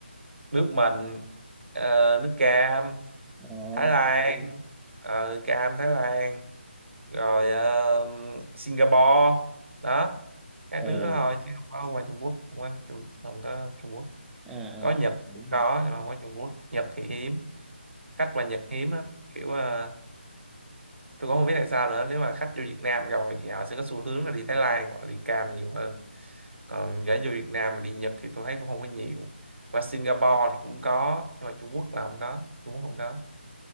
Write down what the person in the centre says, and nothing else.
Ờ.
ừ.
Ồ.
À, à
đúng
rồi.